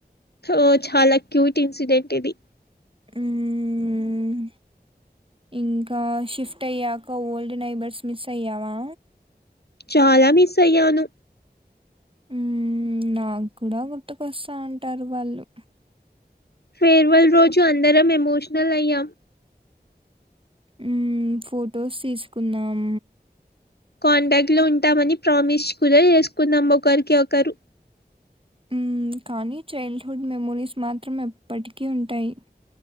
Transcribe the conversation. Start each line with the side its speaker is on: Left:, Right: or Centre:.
Left: ఓ చాలా క్యూట్ ఇన్సిడెంట్ ఇది
Right: ఉమ్ ఇంకా షిఫ్ట్ అయ్యాక ఓల్డ్ నైబర్స్ మిస్ అయ్యావా
Left: చాలా మిస్ అయ్యాను
Right: ఉమ్ నాకు గూడా గుర్తుకొస్తా ఉంటారు వాళ్ళు
Left: ఫేర్వల్ రోజు అందరం ఎమోషనల్ అయ్యాం
Right: ఉమ్ ఫోటోస్ తీసుకున్నాం
Left: కాంటాక్ట్ లో ఉంటామని ప్రామిస్ కూడా చేసుకున్నాం ఒకరికి ఒకరు
Right: ఉమ్ కానీ చైల్డ్ హుడ్ మెమోరీస్ మాత్రం ఎప్పటికీ ఉంటాయి